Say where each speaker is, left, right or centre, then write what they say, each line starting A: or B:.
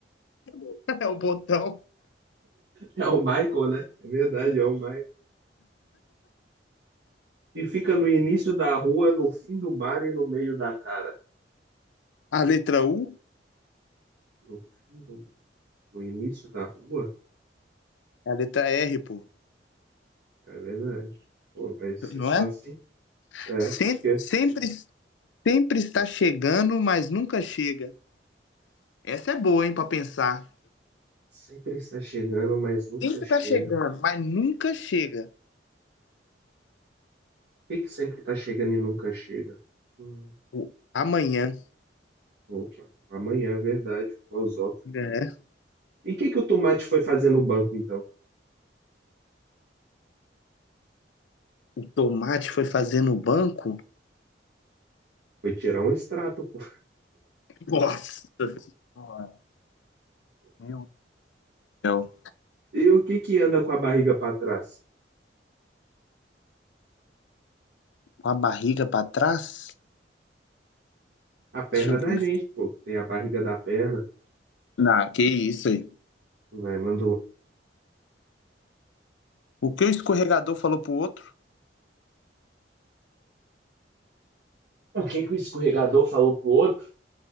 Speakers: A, on the left; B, on the right.
A: <laughs> É o botão?
B: É o Michael, né? É verdade, é o Michael. E fica no início da rua, no fim do mar e no meio da cara.
A: A letra U?
B: No fim do... No início da rua?
A: É a letra R, pô.
B: É verdade. Pô, vai ser
A: Não
B: só
A: é?
B: assim? É,
A: Sempre,
B: porque
A: sempre Sempre está chegando, mas nunca chega. Essa é boa, hein, para pensar.
B: sempre está chegando, mas nunca
A: Sempre
B: chega.
A: está chegando, mas nunca chega.
B: Por que que sempre está chegando e nunca chega? Hum,
A: O amanhã,
B: opa, amanhã é verdade, filosófico.
A: né?
B: E o que que o tomate foi fazer no banco, então?
A: O tomate foi fazer no banco.
B: Foi tirar um extrato, pô.
A: Nossa senhora, meu Deus.
B: E o que que anda com a barriga pra trás?
A: Com a barriga para trás.
B: A perna
A: Deixa eu
B: da
A: ver.
B: gente, pô. Tem a barriga da perna.
A: Não, que isso aí.
B: Vai, mandou.
A: O que o escorregador falou pro outro?
B: O que que o escorregador falou pro outro?